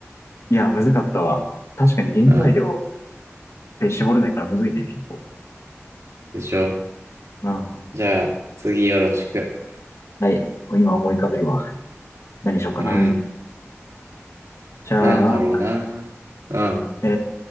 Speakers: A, on the left (about 70°); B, on the right (about 85°).
A: いや、むずかったわ。確かに原材料
B: うん。
A: で絞れないからむずいね、結構。
B: でしょ。
A: うん。
B: じゃあ、次よろしく。
A: はい。今思い浮かべるわ。何しようかな。
B: うん。
A: じゃあ、
B: なんだろうな。うん。
A: え